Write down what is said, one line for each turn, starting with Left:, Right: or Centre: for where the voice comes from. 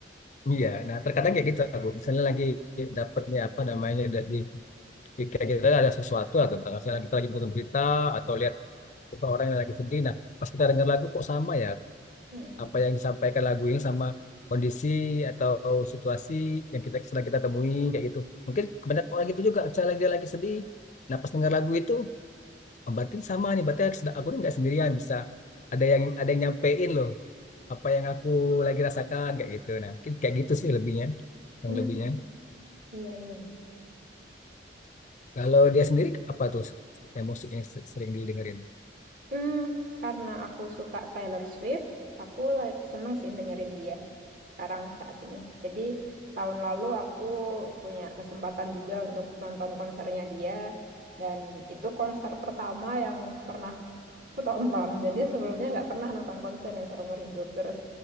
Left: Iya, nah terkadang kayak gitu aku. Misalnya lagi dapatnya apa namanya da- di di- kayak kita ada sesuatu lah tentang misalnya kita lagi butuh berita atau lihat suka orang yang lagi sedih. Nah, pas kita dengar lagu kok sama ya
Right: Mm-mm.
Left: apa yang disampaikan lagu ini sama kondisi atau situasi yang kita sedang kita temui kayak gitu. Mungkin banyak orang gitu juga, misalnya dia lagi sedih. Nah, pas dengar lagu itu, oh, berarti sama nih, berarti aku, sedang- aku ini nggak sendirian, bisa ada yang ada yang nyampein loh apa yang aku lagi rasakan kayak gitu. Nah, mungkin kayak gitu sih lebihnya, yang
Right: Mm-mm.
Left: lebihnya.
Right: Iya, iya.
Left: Kalau dia sendiri apa tuh emosi yang se- sering didengerin?
Right: Hmm, karena aku suka Taylor Swift, aku la- seneng sih dengerin dia sekarang saat ini. Jadi tahun lalu aku punya kesempatan juga untuk nonton konsernya dia dan itu konser pertama yang pernah aku tonton. Jadi sebelumnya nggak pernah nonton konsernya seumur hidup. Terus